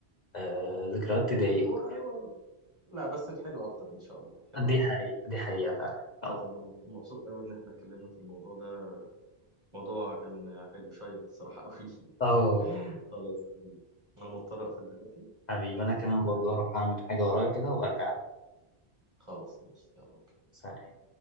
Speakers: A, on the left; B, on the right.
A: آه ذكريات تضايق
B: لله
A: وكده.
B: لا بس الحلو اكتر ان شاء الله الحلو
A: دي
B: اكتر
A: حقيقة دي حقيقة فعلا اه
B: يلا انا مبسوط قوي ان احنا اتكلمنا في الموضوع ده موضوع كان حلو شيق الصراحه قوي
A: اه
B: <laughs>
A: والله.
B: خلاص يا حبيبي انا مضطر اقفل دلوقتي
A: حبيبي
B: علشان
A: أنا كمان برضه هروح أعمل حاجة ورايا كده وبرجع لك
B: خلاص ماشي يلا اوكي
A: سلام